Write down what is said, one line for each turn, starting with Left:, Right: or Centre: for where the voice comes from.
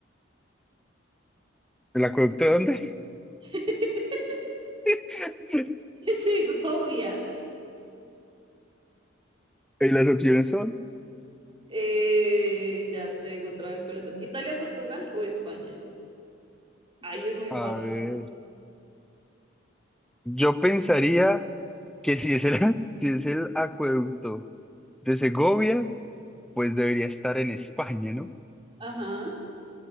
Centre: ¿El acueducto de dónde?
Right: <laughs>
Centre: <laughs>
Right: Segovia.
Centre: Y las opciones son,
Right: Eh, ya te digo otra vez cuáles son. ¿Italia, Portugal o España? Ahí es muy
Centre: a
Right: fácil.
Centre: ver, yo pensaría que si es el, <laughs> si es el acueducto de Segovia, pues debería estar en España, ¿no?
Right: Ajá.